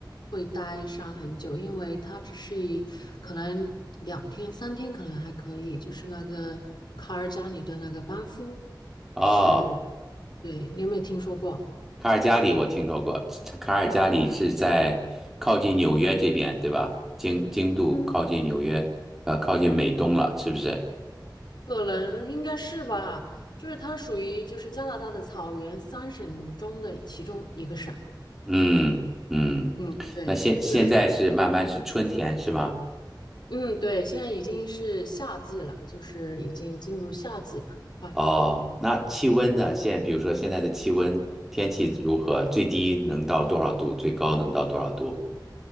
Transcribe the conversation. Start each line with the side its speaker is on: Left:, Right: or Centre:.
Left: 会待上很久，因为它只是一可能两天三天可能还可以。就是那个卡尔加里的那个班夫
Centre: 哦，
Left: 是，对，你有没有听说过？
Centre: 卡尔加里我听说过，卡尔加里是在靠近纽约这边，
Left: 嗯。
Centre: 对吧？经经度靠近纽约，
Left: 嗯
Centre: 呃，靠近美东了，
Left: 嗯，
Centre: 是不是？
Left: 可能应该是吧，就是它属于就是加拿大的草原三省中的其中一个省。
Centre: 嗯嗯，
Left: 嗯，对，
Centre: 那现现在是慢慢是春天是吗？
Left: 就是嗯，对，现在已经是夏季了，就是已经进入夏季了。快。
Centre: 哦，那气温呢？现比如说现在的气温，天气如何？最低能到多少度？最高能到多少度？